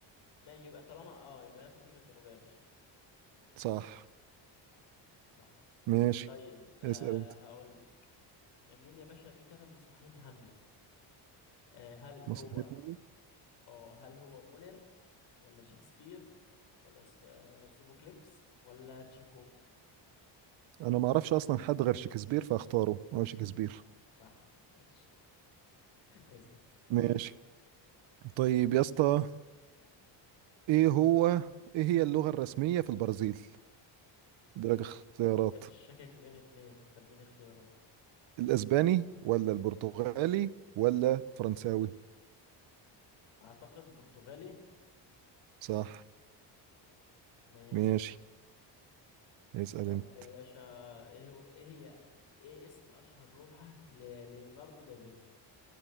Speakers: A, on the left; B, on the right.
A: ماشي يبقى طالما اه يبقى هي في امريكا الجنوبية يا باشا
B: صح
A: صح
B: ماشي
A: طيب آه
B: اسأل انت
A: هقول مين يا باشا مين كتب مسرحية هاملت آه هل
B: مصلحتنا
A: هو اه هل هو مولر ولا شكسبير ولا سف... آه، سوفوكليكس ولا تشيخوف
B: انا ما اعرفش اصلا حد غير شكسبير فاختاره هو
A: <laughs>
B: شكسبير
A: صح ماشي اسأل
B: ماشي طيب يا اسطى ايه هو ايه هي اللغة الرسمية في البرازيل درجة اختيارات
A: شك- شاكك بين اتنين فاديني اختيارات
B: الاسباني ولا البرتغالي ولا فرنساوي
A: اعتقد برتغالي
B: صح
A: ماشي
B: ماشي اسأل
A: طب
B: انت
A: يا باشا ايه هو ايه هي ايه اسم اشهر لوحة لليوناردو دافنشي